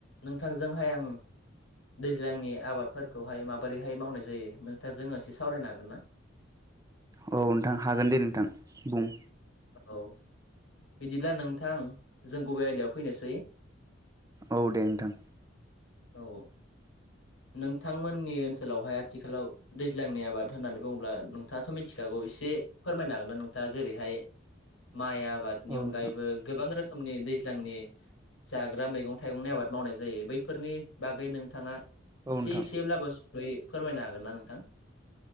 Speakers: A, on the left; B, on the right.
A: नोंथांजोंहाय आं दैज्लांनि आबादफोरखौहाय माबोरैहाय मावनाय जायो नोथां जोङो एसे सावरायनो हागोन ना <unintelligible>
B: औ नोंथां हागोन दे नोंथां बुं
A: औ बिदिब्ला नोंथां जों गुबे आयदायाव फैनोसै
B: औ दे नोंथां
A: औ नोंथांमोननि ओनसोलावहाय आथिखालाव दैज्लांनि आबाद होननानै बुङोब्ला नोंथांआथ' मिथिखा ओ एसे फोरमायनो हागोन ना नोंथाङा जेरैहाय माइ आबादनि
B: औ
A: अनगायैबो
B: नोंथां
A: गोबां रोखोम नि दैज्लांनि जाग्रा मैगं थाइगंनि आबाद मावनाय जायो बैफोरनि बागै नोंथाङा
B: औ
A: एसे
B: नोंथां
A: एसेब्लाबो सुद'सै फोरमायनो हागोन ना नोंथां